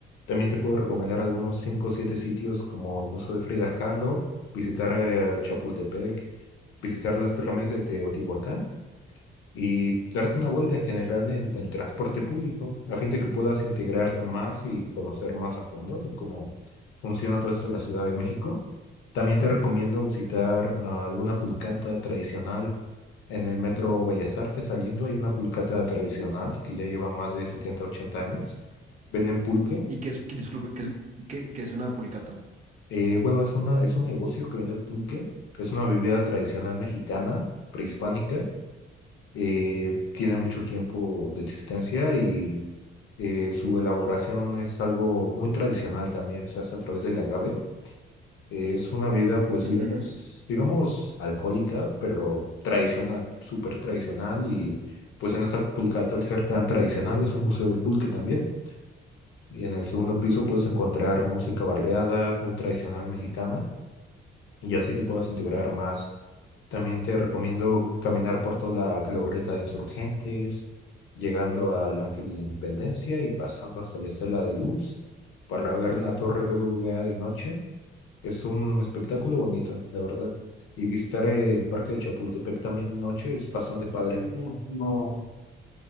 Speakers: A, on the left; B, on the right.
A: También te puedo recomendar algunos 5 o 7 sitios como el Museo de Frida Kahlo, visitar eh, Chapultepec, visitar las pirámides de Teotihuacán y darte una vuelta en general en el transporte público, a fin de que puedas integrarte más y conocer más a fondo en cómo funciona todo esto en la Ciudad de México. También te recomiendo visitar ah, alguna pulcata tradicional en el metro Bellas Artes. Saliendo hay una pulcata tradicional que ya lleva más de 70 80 años. Venden pulque.
B: ¿Y qué es, que- disculpe, qué, es qué- qué es una pulcata?
A: Eh, bueno, es una, es un negocio que vende pulque. Es una bebida tradicional mexicana, prehispánica eh, tiene mucho tiempo de existencia y eh, su elaboración es algo muy tradicional también, se hace a través del agave. Es una vida, pues,
B: Ujú.
A: digamos, digamos, alcohólica, pero tradicional, súper tradicional y pues en esa pulcata, al ser tan tradicional, es un museo del pulque también. Y en el segundo piso puedes encontrar música barriada, muy tradicional mexicana, y así te puedas integrar más también te recomiendo caminar por toda la glorieta de Insurgentes, llegando al Ángel de la Independencia y pasando hasta la Estela de Luz para ver la Torre BBVA de noche. Es un espectáculo bonito, la verdad. Y visitar el Parque de Chapultepec también de noche es bastante padre. No.